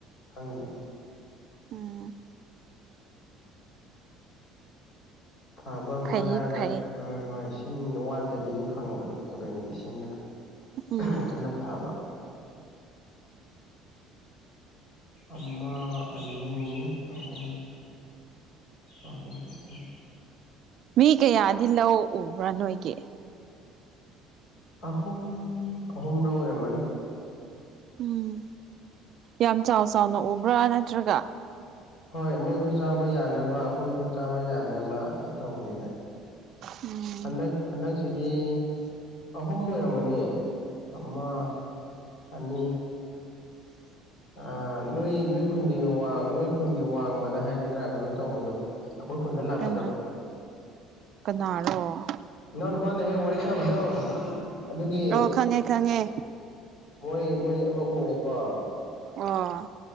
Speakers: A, on the left; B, on the right.
A: ꯈꯪꯗꯦ
B: ꯎꯝ
A: ꯐꯕ ꯑꯃ
B: ꯐꯩꯌꯦ
A: ꯍꯥꯏꯔꯒ
B: ꯐꯩꯌꯦ
A: ꯎꯝ ꯍꯣꯏ ꯏꯁꯤꯡ ꯋꯥꯠꯇꯕꯤ ꯑꯗꯨꯝ ꯐꯪꯕꯗꯣ ꯇꯨꯔꯦꯟꯒꯤ ꯏꯁꯤꯡꯇꯅ
B: ꯎꯝ
A: ꯑꯗꯨ ꯅ ꯊꯥꯕ ꯑꯃꯥ ꯑꯅꯤ ꯑꯍꯨꯝ ꯑꯍꯨꯝ ꯑꯍꯨꯝ
B: ꯃꯤ ꯀꯌꯥꯗꯤ ꯂꯧ ꯎꯕ꯭ꯔꯥ ꯅꯣꯏꯒꯤ
A: ꯑꯍꯨꯝ ꯑꯍꯨꯝꯔꯥꯛ ꯑꯣꯏꯔꯝꯃꯅꯤ
B: ꯎꯝ ꯌꯥꯝ ꯆꯥꯎ ꯆꯥꯎꯅ ꯎꯕ꯭ꯔꯥ ꯅꯠꯇ꯭ꯔꯒ
A: ꯍꯣꯢ ꯃꯣꯏ ꯆꯥꯕ ꯌꯥꯅꯕ ꯑꯩꯈꯣꯏꯁꯨ ꯆꯥꯕ ꯌꯥꯅꯕ ꯇꯧꯕꯅꯤꯗ
B: ꯎꯝ
A: ꯍꯟꯗꯛ ꯍꯟꯗꯛꯁꯤꯗꯤ ꯑꯍꯨꯝ ꯑꯣꯏꯔꯝꯃꯅꯤ ꯑꯃ ꯑꯅꯤ ꯑ ꯅꯣꯏ ꯅꯣꯏ ꯈꯨꯟꯒꯤ ꯅꯣꯏ ꯈꯨꯟꯒꯤ ꯋꯥꯡꯃꯗ ꯍꯥꯏꯒꯗ꯭ꯔꯥ ꯀꯩꯅꯣ ꯇꯧꯕꯗꯣ ꯑꯩꯈꯣꯏ ꯈꯨꯟꯗ ꯂꯥꯛꯄꯗꯣ
B: ꯀꯅꯥ ꯀꯅꯥꯔꯣ
A: ꯏꯅꯥꯎ ꯅꯨꯄꯥꯅ ꯍꯦꯛ ꯋꯥꯔꯤ ꯁꯥꯕꯗꯣ ꯑꯗꯨꯒꯤ
B: ꯑꯣ ꯈꯪꯉꯦ ꯈꯪꯉꯦ
A: ꯃꯣꯏ ꯃꯣꯏ ꯑꯃ ꯎꯔꯦꯀꯣ
B: ꯑꯣ